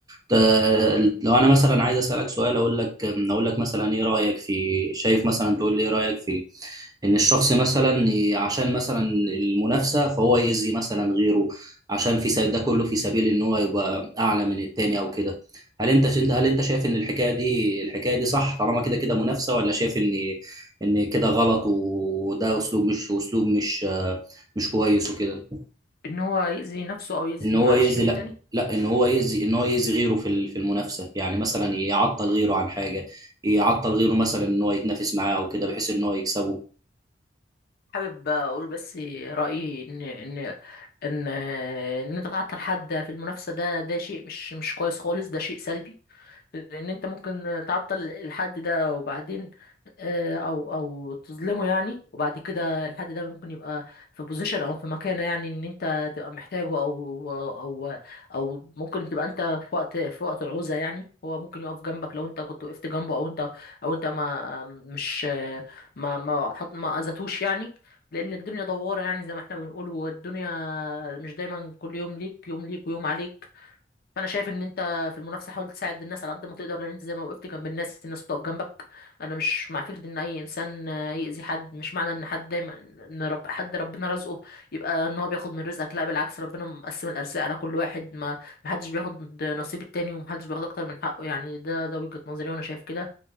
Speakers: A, on the right; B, on the left.
A: ت- لو انا مثلا عايز اسالك سؤال اقول لك اقول لك مثلا ايه رايك في شايف مثلا تقول لي ايه رايك في ان الشخص مثلا ي- عشان مثلا المنافسه فهو يأذي مثلا غيره عشان في س- ده كله في سبيل ان هو يبقى اعلى من التاني او كده هل انت انت هل انت شايف ان الحكايه دي الحكايه دي صح طالما كده كده منافسه ولا شايف ان ان كده غلط وده اسلوب مش اسلوب مش آه، مش كويس وكده
B: إن هو يأذي نفسه أو يأذي
A: ان هو
B: معلش
A: يأذي
B: مين
A: لا
B: تاني
A: لا ان هو يأذي ان هو يأذي غيره في ال- في المنافسه يعني مثلا يعطل غيره عن حاجه يعطل غيره مثلا ان هو يتنافس معاه او كده بحيث ان هو يكسبه
B: حابب اقول بس رايي ان ان ان ان انت تعطل حد في المنافسه ده ده شيء مش مش كويس خالص ده شيء سلبي لان انت ممكن تعطل الحد ده وبعدين آه، او او تظلمه يعني وبعد كده الحد ده ممكن يبقى في بوزيشن او في مكانه يعني ان انت تبقى محتاجه او او او ممكن تبقى انت في وقت في وقت العوزة يعني هو ممكن يقف جنبك لو انت كنت وقفت جنبه او انت او انت ما مش ما ما حط ما اذتوش يعني لان الدنيا دوارة يعني زي ما احنا بنقول والدنيا مش دايما كل يوم ليك يوم ليك ويوم عليك فانا شايف ان انت في المنافسه حاول تساعد الناس على قد ما تقدر لان انت زي ما وقفت جنب الناس الناس تقف جنبك انا مش مع فكره ان اي انسان آه، يأذي حد مش معنى ان حد دايما ان رب حد ربنا رزقه يبقى ان هو بياخد من رزقك لا بالعكس ربنا مقسم الارزاق على كل واحد ما محدش بياخد نصيب التاني ومحدش بياخد اكتر من حقه يعني ده ده وجهه نظري وانا شايف كده